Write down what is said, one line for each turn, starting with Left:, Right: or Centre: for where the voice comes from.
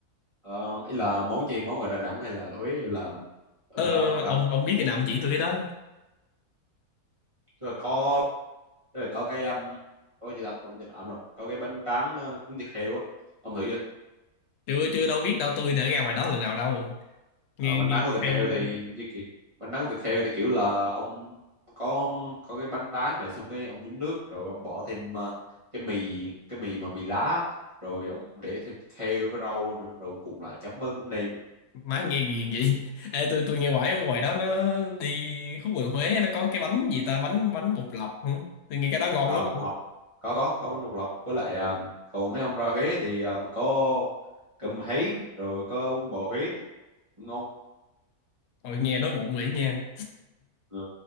Right: Ờ, ý là món gì món ở Đà Nẵng hay là Huế hay là ở
Left: Ờ,
Right: ờ, Hội
Left: ông
Right: An
Left: ông biết cái nào ông chỉ tôi cái đó.
Right: rồi có rồi có cái um, có cái gì ta quên mất ẩm rồi có cái bánh tráng ờ, cuốn thịt heo á ông thử chưa
Left: Chưa chưa đâu biết đâu tôi đã ra ngoài đó lần nào đâu.
Right: ờ,
Left: Nghe
Right: bánh
Left: nghe
Right: tráng cuốn
Left: cũng
Right: thịt
Left: hay
Right: heo thì
Left: chứ.
Right: như kiểu bánh tráng cuốn thịt heo thì kiểu là ông có có cái bánh tráng này xong cái ông nhúng nước rồi ông bỏ thêm ờ, cái mì cái mì mà mì lá rồi ông để thêm thịt heo với rau nữa rồi ông cùng lại chấm với mắm nêm á.
Left: Má nghe ghiền vậy. <laughs> Ê tôi tôi nghe hoài ở ngoài đó nó đi khu vườn Huế á, nó có cái bánh gì ta, bánh bánh bột lọc. hả? Tôi nghe cái đó ngon
Right: à,
Left: lắm.
Right: bột lọc có có có bánh bột lọc với lại ờ, còn nếu ông ra Huế thì ờ, có cơm hến rồi có bún bò Huế cũng ngon
Left: Thôi nghe đói bụng vậy nha.
Right: Ờ.